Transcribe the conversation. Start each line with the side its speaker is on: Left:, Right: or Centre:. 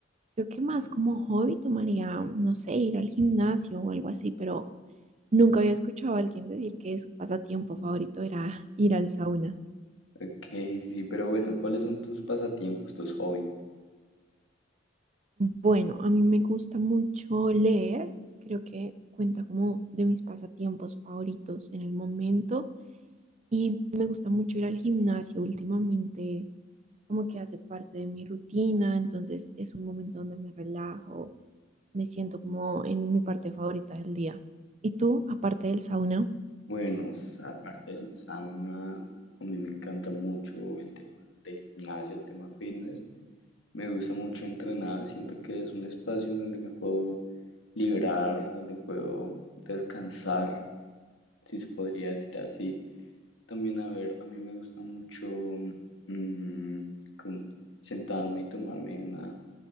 Right: Creo que más
Left: Mm,
Right: como hobby tomaría, no sé, ir al gimnasio o algo así, pero nunca había escuchado a alguien decir que su pasatiempo favorito era <laughs> ir al sauna.
Left: Ok, sí, pero bueno, ¿cuáles son tus pasatiempos, tus hobbies?
Right: Bueno, a mí me gusta mucho leer, creo que cuenta como de mis pasatiempos favoritos en el momento y me gusta mucho ir al gimnasio últimamente, como que hace parte de mi rutina, entonces es un momento donde me relajo, me siento como en mi parte favorita del día. ¿Y tú, aparte del sauna?
Left: Bueno, s- aparte del sauna, a mí me encanta mucho el tema del gimnasio, el tema fitness. Me gusta mucho entrenar, siento que es un espacio en donde me puedo liberar, donde puedo descansar, si se podría decir así. También, a ver, a mí me gusta mucho mm, como sentarme y tomarme una